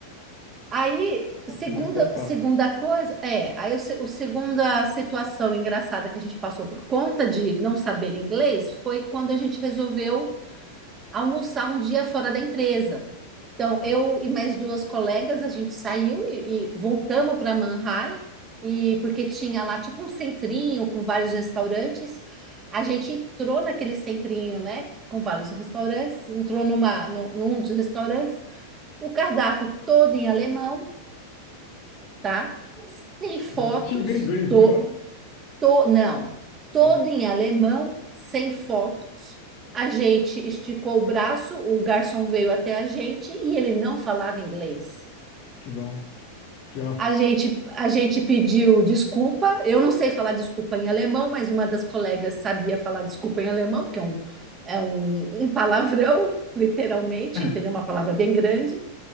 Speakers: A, on the right; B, on the left.
A: Aí,
B: Conseguiu
A: segunda,
B: sua parte.
A: segunda coisa, é, aí o, se- o segunda situação engraçada que a gente passou por conta de não saber inglês foi quando a gente resolveu almoçar um dia fora da empresa. Então, eu e mais duas colegas, a gente saiu e, e voltamos para Manhai, e porque tinha lá tipo um centrinho com vários restaurantes. A gente entrou naquele centrinho, né, com vários restaurantes, entrou numa, no, num dos restaurantes, o cardápio todo em alemão, tá? Sem fotos,
B: Eu Não tinha nem inglesinho,
A: to-
B: não?
A: to- não, todo
B: Nossa,
A: em alemão, sem fotos. A gente esticou o braço, o garçom veio até a gente e ele não falava inglês.
B: que bom. Que ótimo.
A: A gente, a gente pediu desculpa. Eu não sei falar desculpa em alemão, mas uma das colegas sabia falar desculpa em alemão, porque é um, é um, um palavrão, <laughs> literalmente,
B: <laughs>
A: entendeu? Uma palavra bem grande.